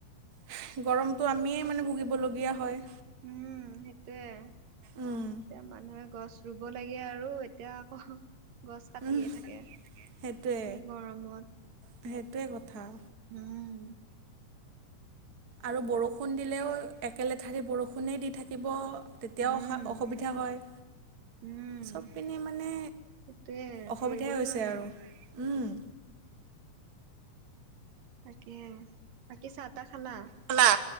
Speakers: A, on the right; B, on the right.
A: <inaudible> গৰমটো আমিয়েই মানে ভুগিবলগীয়া হয়।
B: উম, সেইটোৱেই এতিয়া
A: উম
B: মানুহে গছ ৰুব লাগে আৰু এতিয়া আকৌ গছ কাটিয়ে
A: উম
B: থাকে।
A: সেইটোৱে
B: এই গৰমত
A: সেইটোৱে কথা।
B: হম,
A: আৰু বৰষুণ দিলেও একলেঠাৰি বৰষুণেই দি থাকিব। তেতিয়াও
B: উম
A: অসা -অসুবিধা হয়।
B: উম
A: চব পিনে মানে
B: সেইটোয়ে
A: অসুবিধাই
B: ধৰিবই
A: হৈছে
B: নোৱাৰি
A: আৰু উম।
B: তাকেহে বাকী চাহ-তাহ খালা?
A: খালা